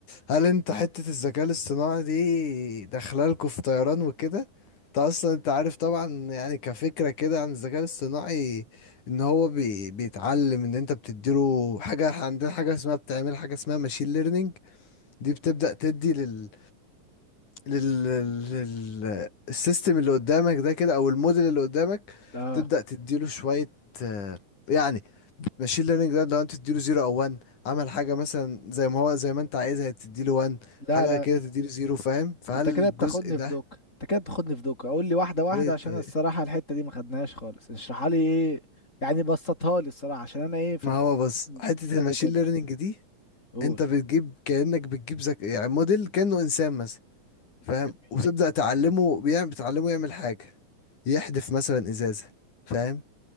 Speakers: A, on the left (about 75°); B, on the left (about 20°).
A: هل انت حته الذكاء الاصطناعي دي داخله لكم في طيران وكده انت اصلا انت عارف طبعا يعني كفكره كده عن الذكاء الاصطناعي ان هو بي بيتعلم ان انت بتديله حاجه إحنا عندنا حاجه اسمها بتعمل حاجه اسمها ماشين ليرنينج دي بتبدا تدي لل لل لل السيستم اللي قدامك ده كده او الموديل اللي قدامك
B: اه
A: تبدا تديله شويه آه، يعني ماشين ليرنينج ده لو انت تديله زيرو او 1 عمل حاجه مثلا زي ما هو زي ما انت عايزها تديله 1
B: لا
A: حاجه
B: لا
A: كده تديله زيرو فاهم فهل
B: انت كده
A: الجزء
B: بتاخدني
A: ده
B: في دوك انت كده بتاخدني في دوك اقول لي واحده واحده
A: ليه طيب
B: عشان الصراحه الحته دي ما خدناهاش خالص اشرحها لي ايه يعني بسطها لي الصراحه عشان انا ايه في
A: ما
B: التكنولوجيا
A: هو بص حته
B: مش قد
A: الماشين
B: كده
A: ليرنينج دي
B: قول
A: انت بتجيب كانك بتجيب ذك... يعني موديل كانه انسان مثلا فاهم
B: جميل.
A: وتبدا تعلمه بيعمل بتعلمه يعمل حاجه يحدف مثلا ازازه فاهم